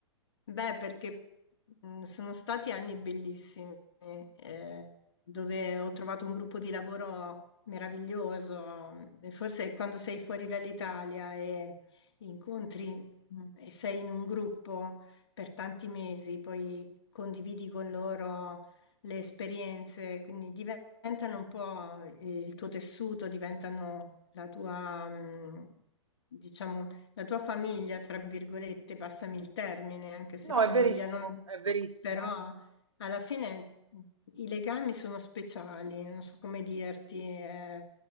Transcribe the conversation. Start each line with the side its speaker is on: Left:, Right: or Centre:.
Left: Beh, perché mh, sono stati anni bellissimi, eh, dove ho trovato un gruppo di lavoro meraviglioso. E Forse quando sei fuori dall'Italia e incontri mh, e sei in un gruppo per tanti mesi, poi condividi con loro le esperienze, quindi diventano un po' eh, il tuo tessuto, diventano la tua, mh, diciamo, la tua famiglia, tra virgolette, passami il termine, anche se
Right: No,
Left: famiglia
Right: è verissimo,
Left: non...
Right: è verissimo.
Left: Però alla fine i legami sono speciali, non so come dirti, eh,